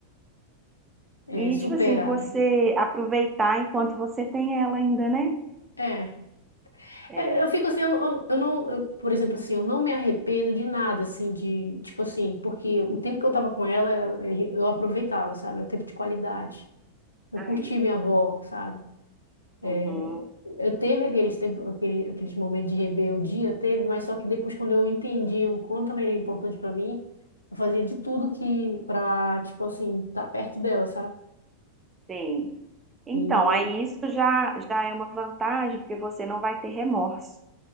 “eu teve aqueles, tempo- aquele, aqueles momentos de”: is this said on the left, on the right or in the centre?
Left